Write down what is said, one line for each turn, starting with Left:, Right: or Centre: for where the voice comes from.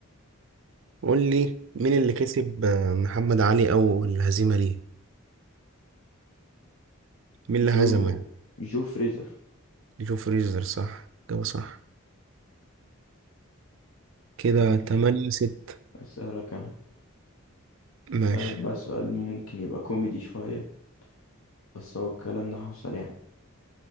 Right: قول لي مين اللي كسب آه، محمد علي أول هزيمة ليه؟ مين اللي
Left: جو
Right: هزمه يعني؟
Left: جو فريزر
Right: جو فريزر صح جوه صح كده
Left: ماشي
Right: تمانية ستة
Left: أسألك أنا
Right: ماشي
Left: أسألك بقى سؤال ممكن يبقى كوميدي شوية بس هو الكلام ده حصل يعني